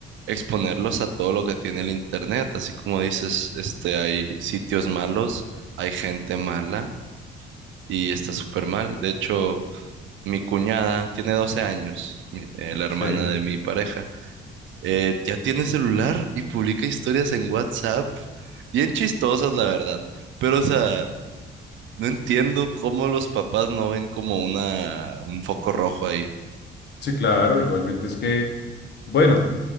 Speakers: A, on the right (about 70°); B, on the left (about 60°).
A: exponerlos a todo lo que tiene el internet, así como dices, este, hay sitios malos, hay gente mala y está súper mal. De hecho, mi cuñada tiene 12 años, mi- eh, la hermana
B: Sí,
A: de mi pareja, eh, ya tiene celular y publica historias en WhatsApp, bien chistosas, la verdad, pero o sea... No entiendo cómo los papás no ven como una un foco rojo ahí.
B: sí, claro, igualmente es que, bueno.